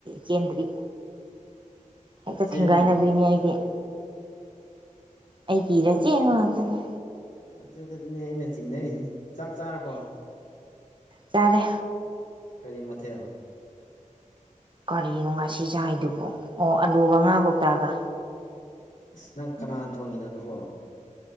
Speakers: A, on the right; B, on the left.
A: ꯆꯦꯟꯗ꯭ꯔꯤ ꯍꯦꯛꯇ
B: ꯆꯦꯟꯗ꯭ꯔꯤꯕꯣ
A: ꯊꯤꯡꯒꯥꯏꯅꯕꯤꯅꯤ ꯑꯩꯗꯤ ꯑꯩꯀꯤꯔ ꯆꯦꯟꯕ ꯉꯥꯛꯇꯅꯤ꯫
B: ꯑꯗꯨꯗꯗꯤꯅꯦ ꯑꯩꯅ ꯆꯤꯡꯅꯔꯤꯖꯦ ꯆꯥꯛ ꯆꯥꯔꯕꯣ
A: ꯆꯥꯔꯦ
B: ꯀꯔꯤ ꯃꯊꯦꯜ
A: ꯀꯔꯤꯅꯣ ꯉꯥꯁꯤ ꯆꯥꯏꯗꯨꯕꯨ ꯑꯣ ꯑꯥꯂꯨꯒ ꯉꯥ ꯀꯧꯇꯒ
B: ꯑꯁ ꯅꯪ ꯀꯅꯥꯅ ꯊꯣꯡꯉꯤꯅꯣ ꯑꯗꯨꯕꯣ